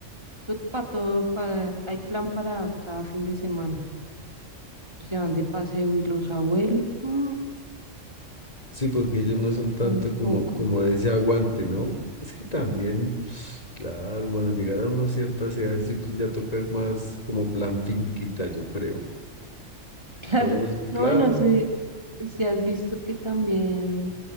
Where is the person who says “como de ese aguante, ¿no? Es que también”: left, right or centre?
Left